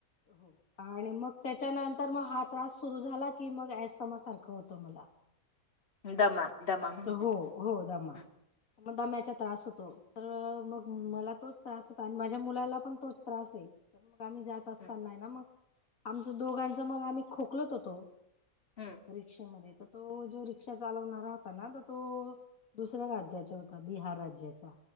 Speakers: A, on the left; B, on the left.
A: हो आणि मग त्याच्यानंतर मग हा त्रास सुरु झाला की मग ऐसमा सारखं होतं मला.
B: दमा दमा म्हणतात.
A: हो हो दमा
B: हम्
A: मग दाम्याचा त्रास होतो तर मग मला तोच त्रास माझ्या मुलाला पण तोच त्रास आहे. आम्ही जात असताना
B: हम्म
A: ना मग आमचं दोघांच मग आम्ही खोकलत होतो.
B: हं,
A: रिक्षामध्ये तर तो जो रिक्षा चालवणारा होता ना तर तो दुसऱ्या राज्याचा होता बिहार राज्याचा